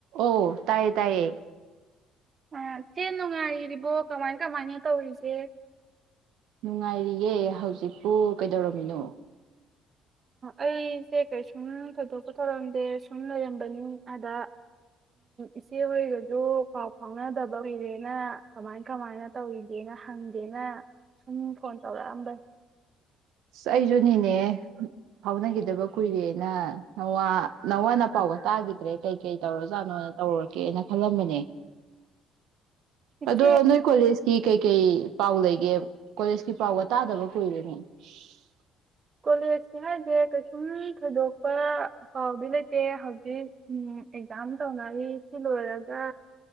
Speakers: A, on the right; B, on the right.
A: ꯑꯣ ꯇꯥꯏꯌꯦ ꯇꯌꯦ꯫
B: ꯑ ꯆꯦ ꯅꯨꯡꯉꯥꯏꯔꯤꯕꯣ ꯀꯃꯥꯏ ꯀꯃꯥꯏꯅ ꯇꯧꯔꯤꯁꯦ
A: ꯅꯨꯡꯉꯥꯏꯔꯤꯌꯦꯦ ꯍꯧꯖꯤꯛꯄꯨ ꯀꯩꯗꯧꯔꯝꯃꯤꯅꯣ
B: ꯑꯩꯁꯦ ꯀꯩꯁꯨꯝ ꯊꯣꯏꯗꯣꯛꯄ ꯊꯧꯔꯝꯗꯦ ꯁꯨꯝ ꯂꯩꯔꯝꯕꯅꯤ ꯑꯗ ꯏꯆꯦ ꯍꯔꯒꯁꯨ ꯄꯥꯎ ꯐꯥꯎꯅꯗꯕ ꯑꯣꯏꯔꯦꯅ ꯀꯃꯥꯏ ꯀꯃꯥꯏꯅ ꯇꯧꯔꯤꯒꯦꯅ ꯍꯪꯒꯦꯅ ꯁꯨꯝ ꯐꯣꯟ ꯇꯧꯔꯛꯑꯝꯕꯅꯤ
A: ꯑꯁ ꯑꯩꯁꯨꯅꯤꯅꯦ ꯐꯥꯎꯅꯈꯤꯗꯕ ꯀꯨꯏꯔꯦꯅ ꯅꯋꯥ ꯅꯋꯥ ꯅ ꯄꯥꯎꯒ ꯇꯥꯈꯤꯗ꯭ꯔꯦ ꯀꯩ ꯀꯩ ꯇꯧꯔꯣꯖꯥꯠꯅꯣ ꯇꯧꯔꯀꯦꯅ ꯈꯜꯂꯝꯕꯅꯦ
B: ꯏꯆꯦ
A: ꯑꯗꯣ ꯅꯣꯏ ꯀꯣꯂꯦꯖꯀꯤ ꯀꯩ ꯀꯩ ꯄꯥꯎ ꯂꯩꯒꯦ ꯀꯣꯂꯦꯖꯀꯤ ꯄꯥꯎꯒ ꯇꯥꯗꯕ ꯀꯨꯏꯔꯦꯅꯦ꯫ <inaudible>
B: ꯀꯣꯂꯦꯖꯁꯀꯤ ꯍꯥꯏꯁꯦ ꯀꯩꯁꯨꯝ ꯊꯣꯏꯗꯣꯛꯄ ꯄꯥꯎꯗꯤ ꯂꯩꯇꯦ ꯍꯧꯖꯤꯛ ꯎꯝ ꯑꯦꯛꯖꯥꯝ ꯇꯧꯅꯔꯤ ꯁꯤ ꯂꯣꯏꯔꯒ